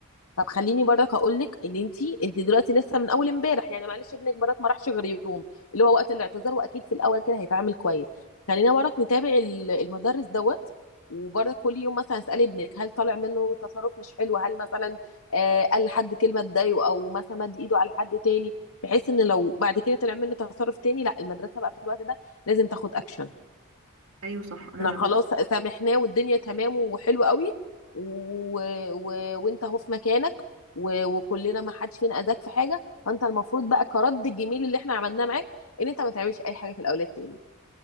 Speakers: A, on the left; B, on the right.
A: طب خليني برضك هقول لك ان انت انت دلوقتي لسه من اول امبارح يعني معلش ابنك برضك ما راحش غير يوم اللي هو وقت الاعتذار واكيد في الاول كده هيتعامل كويس خلينا برضك نتابع ال- المدرس دوت وبرضك كل يوم مثلا اسال ابنك هل طالع منه تصرف مش حلو هل مثلا آه قال لحد كلمه تضايقه او مثلا مد ايده على حد تاني بحيث ان لو بعد كده طلع منه تصرف تاني لا المدرسه بقى في الوقت ده لازم تاخد اكشن
B: ايوه صح انا
A: احنا خلاص سامحناه والدنيا تمام وحلو قوي و... و... وانت اهو في مكانك و... وكلنا ما حدش فينا اذاك في حاجه فانت المفروض بقى كرد الجميل اللي احنا عملناه معاك ان انت ما تعملش اي حاجه في الاولاد تاني